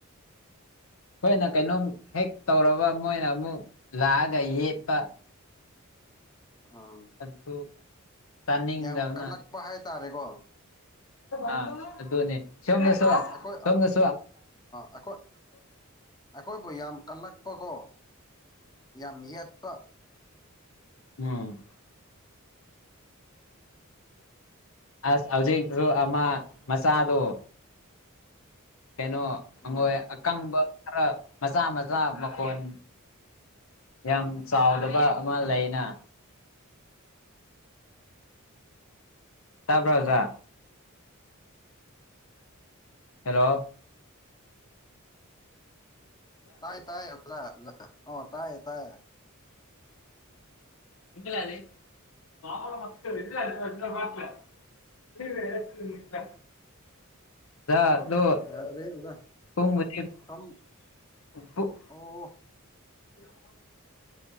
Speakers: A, on the left; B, on the left.
A: ꯑꯩꯈꯣꯏꯅ ꯀꯩꯅꯣꯝ ꯍꯦꯛ ꯇꯧꯔꯕ ꯃꯣꯏꯅ ꯑꯃꯨꯛ ꯂꯥꯛꯑꯒ ꯌꯦꯠꯄ
B: ꯑꯥ
A: ꯑꯗꯨ ꯇꯥꯅꯤꯡꯗꯕꯅ
B: ꯌꯥꯝ ꯀꯠꯂꯛꯄ ꯍꯥꯏꯇꯥꯔꯦꯀꯣ
A: ꯑꯥ ꯑꯗꯨꯅꯤ ꯁꯣꯝꯗꯁꯨ
B: ꯑꯩꯈꯣꯏ
A: ꯁꯣꯝꯗꯁꯨ
B: ꯑꯩꯈꯣꯏ ꯑꯩꯈꯣꯏꯕꯨ ꯌꯥꯝ ꯀꯜꯂꯛꯄꯀꯣ ꯌꯥꯝ ꯌꯦꯠꯄ
A: ꯎꯝ ꯑꯁ ꯍꯧꯖꯤꯛ ꯁꯨ ꯑꯃ ꯃꯆꯥꯗꯣ ꯀꯩꯅꯣ ꯑꯩꯉꯣꯏ
B: ꯎꯝ
A: ꯑꯀꯪꯕ ꯈꯔ ꯃꯆꯥ ꯃꯆꯥ ꯃꯈꯣꯟ ꯌꯥꯝ ꯆꯥꯎꯗꯕ ꯑꯃ ꯂꯩꯅ ꯇꯥꯕ꯭ꯔ ꯑꯣꯖꯥ ꯍꯦꯜꯂꯣ
B: ꯇꯥꯏ ꯇꯥꯏ ꯑꯣꯖꯥ ꯑꯣꯖꯥ ꯑꯣꯖꯥ ꯇꯥꯏ ꯇꯥꯏ
A: <unintelligible> <unintelligible> <unintelligible>
B: ꯌꯥꯗ꯭ꯔꯦ ꯑꯣꯖꯥ ꯊꯝ
A: <unintelligible>
B: ꯑꯣ